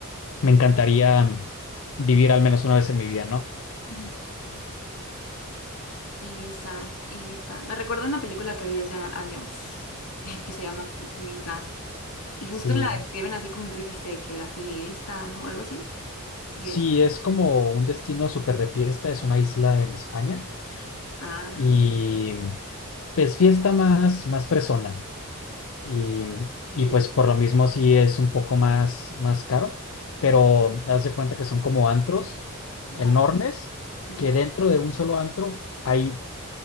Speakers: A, on the left; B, on the left.
A: me encantaría vivir al menos una vez en mi vida, ¿no?
B: ujú. Ibiza, Ibiza. Me recuerda una película que vi hace años <laughs> que se llama así, Ibiza. Y justo
A: Sí,
B: la describen así como tú dijiste, que la fiesta o algo así. Y
A: sí,
B: es,
A: es como un destino súper de fiesta, es una isla en España
B: ah,
A: y es fiesta más, más fresona. Y,
B: que,
A: y pues por lo mismo sí es un poco más, más caro, pero haz de cuenta que son como antros
B: ajá.
A: enormes,
B: ujú.
A: que dentro de un solo antro hay